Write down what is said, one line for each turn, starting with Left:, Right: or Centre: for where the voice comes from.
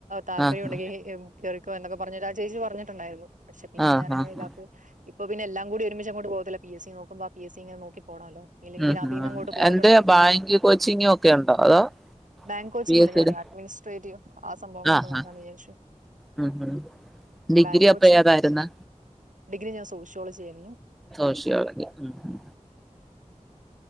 Right: താല്പര്യം
Centre: ആഹ്
Right: ഉണ്ടെങ്കിൽ കേറിക്കോ എന്നൊക്കെ പറഞ്ഞിട്ട് ആ ചേച്ചി പറഞ്ഞിട്ടുണ്ടായിരുന്നു. പക്ഷെ പിന്നെ
Centre: ആഹ്
Right: ഞാനങ്ങനെ
Centre: ആഹ്
Right: ഇതാക്ക് ഇപ്പൊ പിന്നെ എല്ലാം കൂടി ഒരുമിച്ചങ്ങോട്ട് പോവത്തില്ല. പി എസ് സി നോക്കുമ്പോ പി എസ് സി ഇങ്ങനെ നോക്കി പോണല്ലോ. ഇല്ലെങ്കിൽ
Centre: ഉം
Right: പിന്നെ അതിൽന്ന്
Centre: ഉം
Right: അങ്ങോട്ട് പോയിട്ടുണ്ടെങ്കി
Centre: എന്റെ ബാങ്ക്
Right: പിന്നെ
Centre: കോച്ചിങ്ങും ഒക്കെ ഉണ്ടോ അതോ
Right: ബാങ്ക് കോച്ചിങ്ങില്ല.
Centre: പി എസ് സിയുടെ
Right: ഞാൻ അഡ്മിനിസ്ട്രേറ്റീവ് ആ സംഭവങ്ങളൊക്കെ
Centre: ആഹ്
Right: നോക്കാന്ന്
Centre: ആഹ് ആ
Right: വിചാരിച്ചു.
Centre: ഉം ഉം ഡിഗ്രി
Right: ബാങ്ക് കോച്ചിങ്
Centre: അപ്പൊ ഏതായിരുന്ന്?
Right: ഡിഗ്രി ഞാൻ സോഷ്യോളജി ആയിരുന്നു
Centre: സോഷിയോളജി ഉം ഉം.